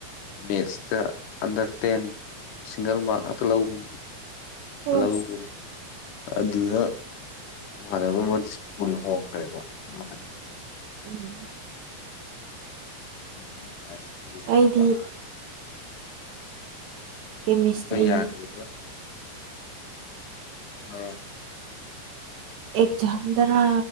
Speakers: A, on the left; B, on the right.
A: ꯃꯦꯠꯁꯇ ꯑꯟꯗꯔ ꯇꯦꯟ ꯁꯤꯡꯒꯜ ꯃꯥꯔꯛ ꯉꯥꯛꯇ ꯂꯧꯕ
B: ꯎꯝ
A: ꯂꯧꯒꯔꯦ ꯑꯗꯨꯗ ꯏꯃꯥꯟꯅꯕ ꯑꯃꯗꯤ ꯁ꯭ꯀꯨꯜ ꯍꯣꯡꯈ꯭ꯔꯦꯕ ꯃꯊꯛꯇ
B: ꯎꯝ
A: ꯑꯗꯨꯅ ꯑꯈꯣꯏ ꯀ꯭ꯂꯥꯁ ꯇꯗꯤ
B: ꯑꯩꯗꯤ
A: ꯄꯨꯔꯥ
B: ꯀꯦꯃꯤꯁꯇ꯭ꯔꯤ
A: ꯂꯧꯈꯠꯄ ꯌꯥꯗꯕꯗꯣ ꯇꯥꯕꯔ
B: ꯑꯦꯛꯖꯥꯝꯗꯔ